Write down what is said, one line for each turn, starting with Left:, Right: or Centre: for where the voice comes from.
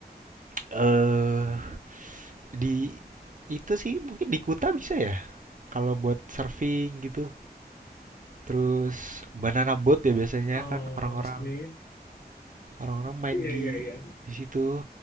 Right: Eh Di itu sih mungkin di Kuta bisa ya? Kalau buat surfing gitu. Terus banana boat ya biasanya
Left: Oh,
Right: kan orang-orang
Left: sebenarnya.
Right: orang-orang main
Left: Iya,
Right: di
Left: iya, iya.
Right: di situ.